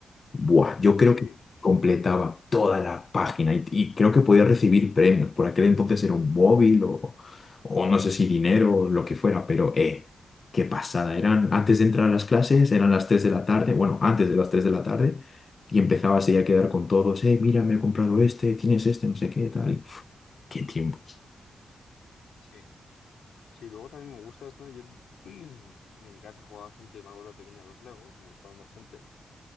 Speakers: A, on the left (about 45°); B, on the left (about 80°).
A: Buah, yo creo
B: Sí,
A: que completaba toda la página y, y creo que podía recibir premios. Por aquel entonces era un móvil o, o no sé si dinero o lo que fuera, pero eh, qué pasada. Eran antes de entrar a las clases, eran las 3 de la tarde, bueno, antes de las 3 de la tarde, y empezabas ahí a quedar con todos, eh, mira, me he comprado este, tienes este, no sé qué, tal. Qué tiempos.
B: sí, sí. Luego también me gusta bastante. Yo <clears throat> en casa jugaba bastante, me acuerdo de pequeño a los Legos, me gustaban bastante.